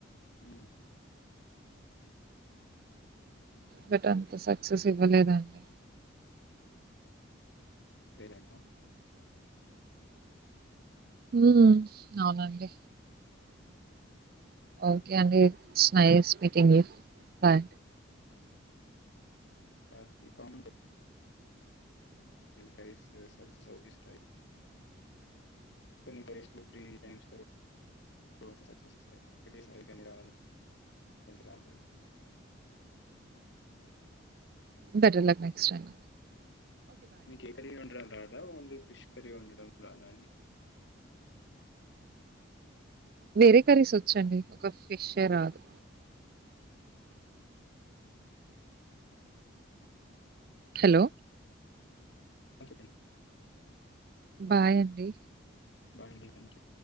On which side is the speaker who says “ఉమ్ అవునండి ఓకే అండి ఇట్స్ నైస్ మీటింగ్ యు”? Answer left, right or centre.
Right